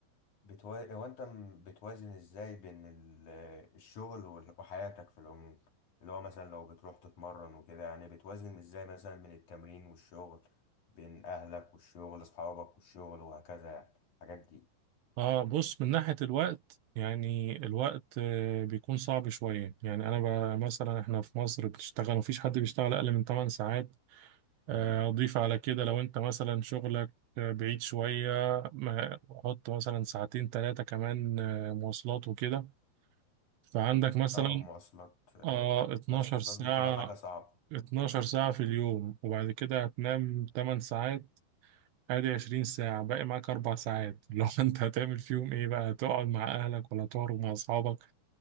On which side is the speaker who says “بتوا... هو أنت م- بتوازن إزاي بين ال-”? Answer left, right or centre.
Left